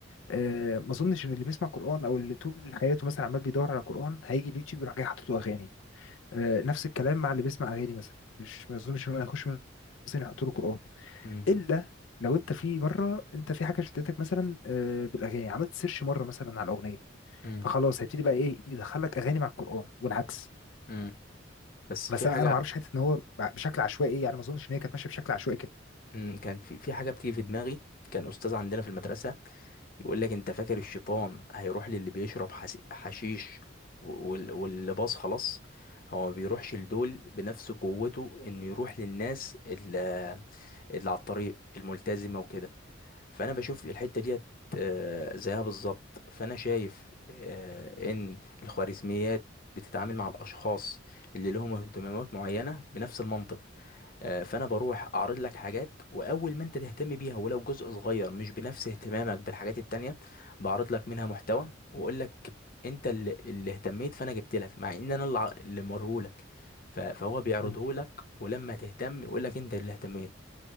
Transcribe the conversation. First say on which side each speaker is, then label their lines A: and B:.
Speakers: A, on the left (about 80°); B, on the left (about 50°).
A: أه ما اظنش ان اللي بيسمع قران او اللي طول حياته مثلا عمال بيدور على قران هيجي اليوتيوب يروح جاي حاطط له اغاني أه نفس الكلام مع اللي بيسمع اغاني مثلا مش ما اظنش ان هو هيخش مثلا يحط له قران
B: مم.
A: الا لو انت في مره انت في حاجه شدتك مثلا آه، بالاغاني عملت سيرش مره مثلا على الاغنيه
B: مم.
A: فخلاص هيبتدي بقى ايه يدخلك اغاني مع القران والعكس
B: مم. بس
A: بس
B: في
A: انا
B: حاجة
A: انا ما اعرفش حته ان هو بشكل عشوائي إيه، يعني ما اظنش ان هي كانت ماشيه بشكل عشوائي كده
B: مم. كان في في حاجة بتيجي في دماغي كان أستاذ عندنا في المدرسة يقول لك أنت فاكر الشيطان هيروح للي بيشرب حس- حشيش و- وال- واللي باص خلاص هو ما بيروحش لدول بنفس قوته إنه يروح للناس اللي, اللي على الطريق الملتزمة وكده فانا بشوف الحته ديت آه، زيها بالظبط فانا شايف آه، ان الخوارزميات بتتعامل مع الاشخاص اللي لهم اهتمامات معينه بنفس المنطق آه، فانا بروح اعرض لك حاجات واول ما انت تهتم بيها ولو جزء صغير مش بنفس اهتمامك بالحاجات التانية بعرض لك منها محتوى واقول لك انت اللي, اللي اهتميت فانا جبت لك مع ان انا الع- اللي مرهولك ف- فهو بيعرضه
A: مم،
B: لك ولما تهتم يقول لك انت اللي اهتميت